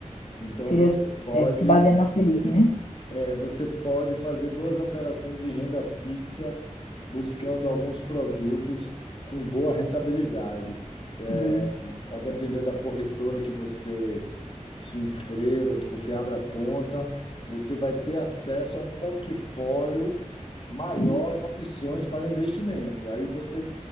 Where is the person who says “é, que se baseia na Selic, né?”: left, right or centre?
Left